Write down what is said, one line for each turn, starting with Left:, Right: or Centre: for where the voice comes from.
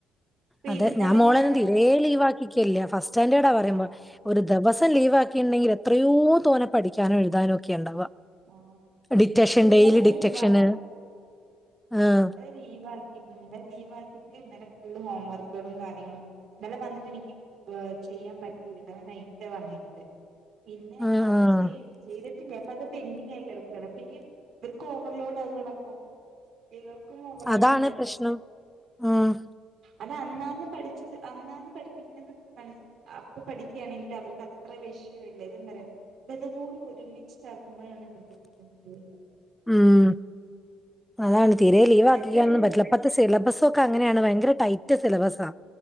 Right: ഇപ്പൊ
Centre: അതെ
Right: ഇന്നലെ
Centre: ഞാ മളെന്നും
Right: ഞാന്
Centre: തീരേ ലീവാക്കിക്ക്യല്ല ഫസ്റ്റാൻഡേർഡാ പറയുമ്പ.
Right: ആ
Centre: ഒരു ദെവസം ലീവാക്കിണ്ടെങ്കിൽ എത്രയോ തോനെ പഠിക്ക്യാനോ എഴുതാനോ ഒക്കെണ്ടാവ്വ.
Right: ആ
Centre: ഡിറ്റഷൻ
Right: ഇന്നലെ
Centre: ഡെയിലി ഡിറ്റക്ഷന്
Right: ലീവ്
Centre: ആഹ്.
Right: ലീവാക്കിന്ന് ഇന്നലെ ലീവാക്കിട്ട് ഇന്നലെ ഫുള്ള് ഹോം വർക്കുകളും കാര്യങ്ങളും. ഇന്നലെ വന്നിട്ടെനിക്ക് ഏഹ് ചെയ്യാൻ പറ്റില ഇന്ന് നൈറ്റ വന്നിര്ന്നത്. പിന്നെ
Centre: ആഹ്
Right: അത്
Centre: ആഹ്
Right: ചെയ് ചെയ്ത്ട്ടില്ല പ്പത്. പെന്റിങ്ങായി കെടക്കാണ് പ്പഎനിക്ക്യ് ഇവര്ക്കോവർലോഡാവാണപ്പൊ. ഇവൾക്കും ഓവർലോഡുണ്ട്.
Centre: അതാണ് പ്രശ്നം ആഹ്
Right: അതന്നാന്ന് പഠിച്ചത് അന്നാന്ന് പഠിപ്പിക്കണത് മനസ് അപ്പൊ പഠിക്കുകയാണെങ്കിൽ അവൾക്ക് അത്ര വിഷയം ഇല്ല ഇതെന്ന് പറയാൻ ഇത് പോലെ ഒരുമിച്ച് ക്കുമ്പോഴാണ് <unintelligible>
Centre: ഉം അതാണ് തീരെ ലീവ്
Right: എന്നിട്ട്
Centre: ആക്കിക്കാനും പറ്റില്ല ഇപ്പത്തെ സിലബസ് ഒക്കെ അങ്ങനെയാണ് ഭയങ്കര ടൈറ്റ് സിലബസാ